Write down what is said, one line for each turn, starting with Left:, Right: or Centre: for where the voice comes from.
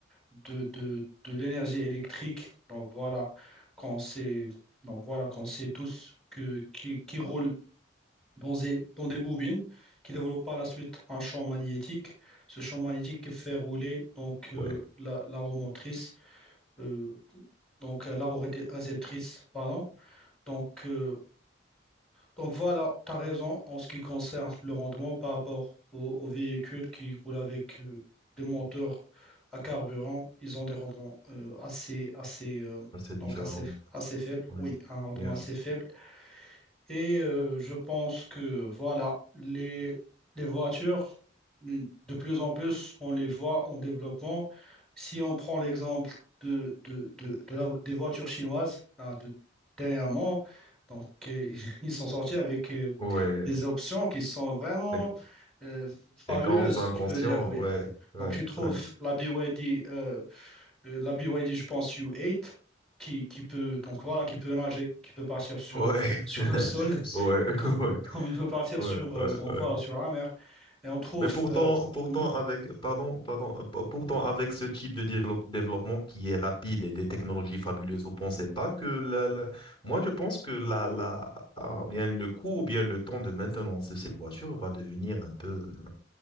Centre: de, de, de l'énergie électrique. Donc, voilà, quand c'est, donc, voilà, qu'on sait tous que, qui, qui roule dans des, dans des bobines qui développent par la suite un champ magnétique. Ce champ magnétique qui fait rouler donc euh,
Left: Oui,
Centre: la, la roue motrice, euh, donc euh, la roue ré- réceptrice, pardon. Donc, euh, donc voilà, tu as raison en ce qui concerne le rendement par rapport aux, aux véhicules qui roulent avec euh, des moteurs à carburant. Ils ont des rendements euh, assez, assez, euh,
Left: c'est différent.
Centre: donc assez, assez faibles.
Left: Ouais.
Centre: Oui, un rendement
Left: Yes.
Centre: assez faible. Et euh, je pense que voilà, les, les voitures, de plus en plus, on les voit en développement. Si on prend l'exemple de, de, de, de la- des voitures chinoises hein, de, dernièrement, donc euh, <laughs> ils sont sortis avec euh,
Left: Ouais.
Centre: des options qui sont vraiment
Left: c'est
Centre: euh, fabuleuses,
Left: Des grandes inventions,
Centre: je peux dire, oui.
Left: ouais, ouais,
Centre: Donc, tu trouves
Left: ouais.
Centre: la BYD, euh, euh, la BYD, je pense, U8, qui, qui peut, donc voilà, qui peut nager, qui peut partir sur,
Left: Ouais,
Centre: sur
Left: <laughs>
Centre: le sol. <laughs>
Left: ouais, ouais,
Centre: comme il peut partir
Left: ouais,
Centre: sur,
Left: ouais,
Centre: euh, donc
Left: ouais.
Centre: voilà, sur la mer. Et on trouve.
Left: Mais pourtant,
Centre: euh,
Left: pourtant
Centre: mhm.
Left: avec, pardon, pardon, euh, pour- pourtant avec ce type de développe- développement qui est rapide et des technologies fabuleuses, vous pensez pas que la, la- moi je pense que la, la, ah, bien le coût ou bien le temps de maintenance de ces voitures va devenir un peu, euh,